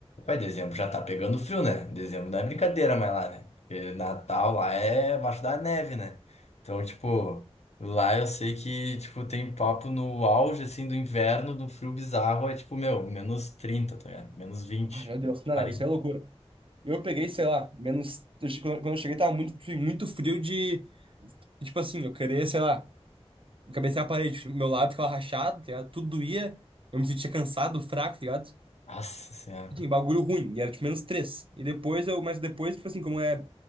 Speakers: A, on the left (about 85°); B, on the right (about 55°).
A: Pai, dezembro já tá pegando frio, né? Dezembro não é brincadeira mais lá, né? Porque Natal lá é abaixo da neve, né? Então, tipo, lá eu sei que, tipo, tem papo no auge, assim, do inverno, no frio bizarro, é tipo, meu, menos trinta tá ligado? Menos vinte
B: Ah, meu Deus, não,
A: quarenta
B: não, isso é loucura. Eu peguei, sei lá, menos. eu che- Quando quando eu cheguei, tava muito, tipo, assim, muito frio de. de, Tipo assim, eu queria, sei lá. cabecei a parede, meu lábio ficava rachado, tá ligado? Tudo doía. Eu me sentia cansado, fraco, tá ligado?
A: Nossa Senhora.
B: Enfim, bagulho ruim. E era tipo menos três. E depois eu, mas depois, tipo assim, como é.